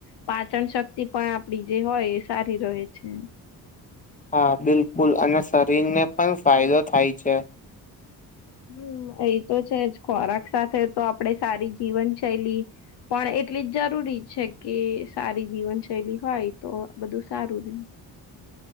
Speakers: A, on the left; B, on the left.
A: પાચન શક્તિ પણ આપડી જે હોય એ સારી ર છે
B: હા બિલકુલ અને શરીરને પણ ફાયદો થાય છે
A: હમ એ તો છે જ ખોરાક સાથે તો આપડ સારી જીવનશૈલી પણ એટલી જ જરૂરી છે કે સારી જીવનશૈલી હોય તો બધું સારું રહેે